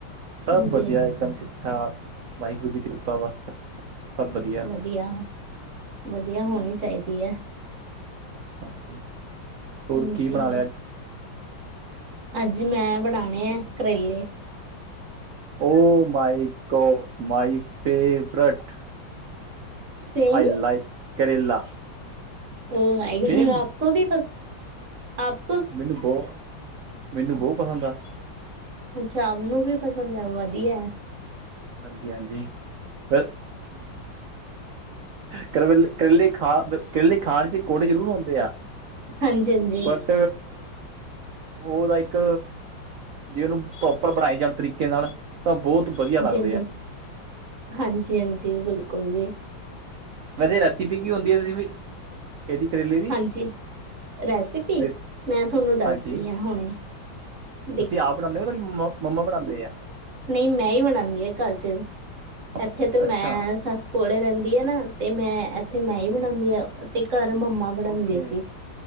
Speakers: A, on the right; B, on the right.
A: ਸਭ
B: ਹਾਂਜੀ
A: ਵਧੀਆ ਇਕਦਮ। ਠਾਕ, ਵਾਹਿਗੁਰੂ ਦੀ ਕਿਰਪਾ ਵਾ, ਸਭ ਵਧੀਆ।
B: ਵਧੀਆ ਵਧੀਆ ਹੋਣੀ ਚਾਈਦੀ ਐ।
A: ਹਾਂਜੀ, ਹੋਰ
B: ਹਾਂਜੀ
A: ਕੀ ਬਣਾ ਲਿਆ ਅੱਜ?
B: ਅੱਜ ਮੈਂ ਬਣਾਣੇ ਐ, ਕਰੇਲੇ।
A: Oh my god, my favourite.
B: same,
A: I like ਕਰੇਲਾ
B: ਉਹ ਮਾਏ
A: ਸੇਮ
B: <unintelligible> ਕੋ ਵੀ ਬਸ, ਆਪ
A: ਮੈਨੂੰ ਬੋ, ਮੈਨੂੰ ਬੋ ਪਸੰਦ ਆ।
B: ਅੱਛਾ, ਮੈਂਨੂੰ ਵੀ ਪਸੰਦ ਐ, ਵਧੀਐ।
A: ਹਾਂਜੀ-ਹਾਂਜੀ, ਫੇਰ ਕਰਲੇ ਕਰੇਲੇ ਖਾ ਕਰੇਲੇ ਖਾਣ ਚ ਕੋੜੇ ਜ਼ਰੂਰ ਹੁੰਦੇ ਆ
B: ਹਾਂਜੀ-ਹਾਂਜੀ।
A: ਟ ਓਦਾ ਇੱਕ ਜੇ ਓਨੂੰ ਪ੍ਰੋਪਰ ਬਣਾਏ ਜਾਨ, ਤਰੀਕੇ ਨਾਲ ਤਾਂ ਬੋਤ ਵਧੀਆ ਲੱਗ
B: ਜੀ, ਹਾਂਜੀ-ਹਾਂਜੀ, ਬਿਲਕੁਲ ਜੀ।
A: ਵੈਸੇ ਰਸੀਪੀ ਕੀ ਹੁੰਦੀ, ਓਦੀ ਵੀ? ਇਹਦੀ ਕਰੇਲੇ ਦੀ
B: ਹਾਂਜੀ, ਰੈਸਪੀ
A: ਤੇ
B: ਮੈਂ ਥੋਨੂੰ ਦੱਸਦੀ
A: ਹਾਂਜੀ
B: ਆਂ ਹੁਣੇਈ। <inaudible>
A: ਤੁਸੀਂ ਆਪ ਬਣਾਦੇ ਓ, ਤੁਹਾਡੀ ਮਾ ਮੰਮਾ ਬਣਾਂਦੇ ਆ?
B: ਨਈਂ, ਮੈਂ ਈਂ ਬਨਾਣੀ ਆਂ ਘਰ ਚ। ਇੱਥੇ ਤੇ ਮੈਂ
A: ਅੱਛਾ
B: ਸੱਸ ਕੋਲੇ ਰੈਂਦੀ ਆਨਾ। ਤੇ ਮੈਂ ਏਥੇ ਮੈਂ ਈ ਬਣਾਣੀ ਆ, ਤੇ ਘਰ ਮੰਮਾ ਬਣਾਦੇ
A: ਓਕੇ
B: ਸੀ,